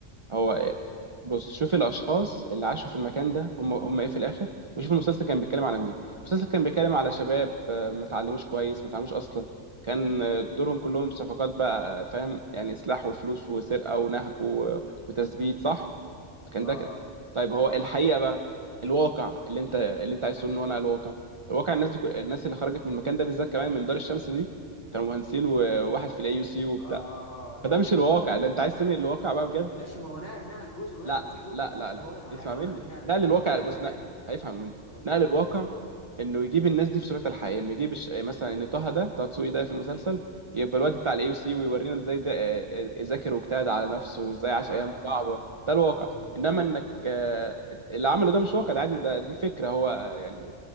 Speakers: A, on the right (about 30°); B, on the left (about 65°).
A: هو
B: امم.
A: بص شوف الاشخاص اللي عاشوا في المكان ده هم هم ايه في الاخر وشوف المسلسل كان بيتكلم على مين المسلسل كان بيتكلم على شباب آه، ما اتعلموش كويس ما اتعلموش اصلا كان آه، دورهم كلهم صفقات بقى آه، فاهم يعني سلاح وفلوس وسرقة ونهب و- وتثبيت
B: امم
A: صح
B: امم.
A: كان
B: اه
A: ده كده
B: اه
A: طيب هو الحقيقه بقى الواقع اللي انت اللي انت عايز تقول ان هو انا الواقع الواقع الناس دي كو- الناس اللي خرجت من المكان ده بالذات كمان من دار الشمس دي كانوا مهندسين وواحد في الاي يو سي وبتاع
B: اه اه اه دي
A: فده
B: حقيقة
A: مش الواقع اللي انت عايز تنقل الواقع بقى بجد
B: ماشي ما هو نقل نقل جزء ونقل
A: لا
B: في جزء
A: لا
B: ما هو في
A: لا
B: الأ- بقول
A: لا
B: لك على
A: اسمع
B: حاجة هقول
A: مني
B: لك ليه نقل
A: نقل
B: الواقع
A: الواقع
B: ما هو
A: بص
B: جابنا
A: نقل هيفهم مني
B: قول
A: نقل
B: لي
A: الواقع
B: قول لي
A: انه يجيب الناس دي في صورتها الحقيقيه انه يجيب الش- مثلا ان طه ده طه دسوقي ده في المسلسل يبقى الواد بتاع الاي يو سي ويورينا ازاي ده آه، آه، ذاكر واجتهد على نفسه وازاي عاش
B: فاهمك
A: ايام صعبه
B: فاهمك
A: ده الواقع
B: امم
A: انما
B: أمم.
A: انك آه، اللي عمله ده مش واقع ده عادي ده دي فكره هو آه، يعني